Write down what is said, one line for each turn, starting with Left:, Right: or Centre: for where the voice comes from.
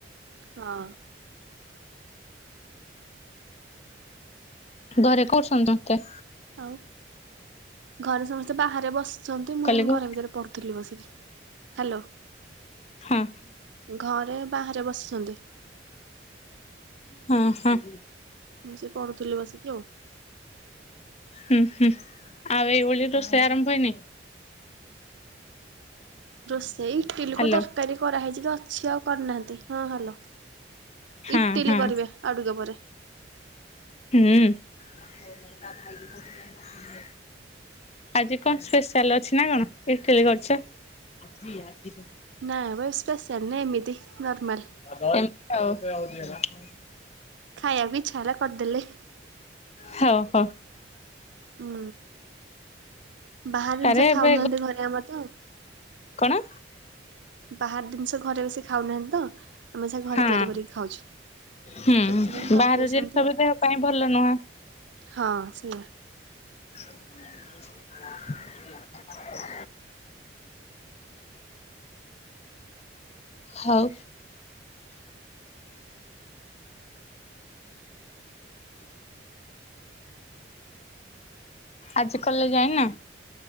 Right: ହଁ।
Left: ଘରେ କରୁଛନ୍ତିଛନ୍ତି ମତେ
Right: ଆଉ ଘରେ ସମସ୍ତେ ବାହାରେ ବସିଛନ୍ତି ମୁଁ
Left: କାଲି
Right: ଏନ
Left: ହଁ
Right: ଘରେ ଭିତରେ ପଢୁଥିଲି ବସିକି। ହାଲୋ।
Left: ହଁ।
Right: ଘରେ ବାହାରେ ବସିଛନ୍ତି।
Left: ହୁଁ ହୁଁ।
Right: ମୁଁ ସେ ପଢୁଥିଲି ବସିକି ଆଉ।
Left: ହୁଁ ହୁଁ। ଆଉ ଏଇ ଓଳି ର ସେ ଆରମ୍ ହେଇ ନି?
Right: ରୋଷେଇ ଇଟିଲି
Left: ହ୍ୟାଲୋ।
Right: କ ତରକାରୀ କରାହେଇଛି ତ ଅଛି ଆଉ କରିନାହାନ୍ତି। ହଁ ହାଲୋ।
Left: ହଁ
Right: ଇଟିଲି
Left: ହଁ
Right: କରିବେ, ଆଉଟିକେ ପରେ।
Left: ହୁଁ। ଆଜି କଣ ସ୍ପେଶାଲ ଅଛି ନା କଣ? ଇଟିଲି କରିଛ? ଆଜି ଆଜି
Right: ନାଁ ବା ସ୍ପେଶାଲ୍ ନାହି। ଏମିତି ନର୍ମାଲ୍।
Left: ଏମିତି ଆଉ।
Right: ଖାଇବା କୁ ଇଛା ହେଲା କରିଦେଲେ।
Left: ହଉ ହଉ।
Right: ହୁଁ ବାହାର ଜିନିଷ
Left: ଆରେ ଏବେ
Right: ଖାଉନାହାନ୍ତି ଘରେ ଆମର ତ।
Left: କଣ?
Right: ବାହାର ଜିନିଷ ଘରେ ବି ସେ ଖାଉନାହାନ୍ତି ତ ଆମେ ସେ ଘରେ
Left: ହଁ
Right: ତିଆରି କରିକି ଖାଉଛୁ।
Left: ହୁଁ
Right: ସେଥିପାଇଁ କରିଦେଇଛନ୍ତି
Left: ବାହାରୁ ଜିନ୍ସ
Right: ଆଉ।
Left: ଦେହ ପାଇଁ ଭଲ ନୁହଁ।
Right: ହଁ ସେଇଆ।
Left: <unintelligible> ହଉ। ଆଜି କଲେଜ୍ ଯାାଇନ?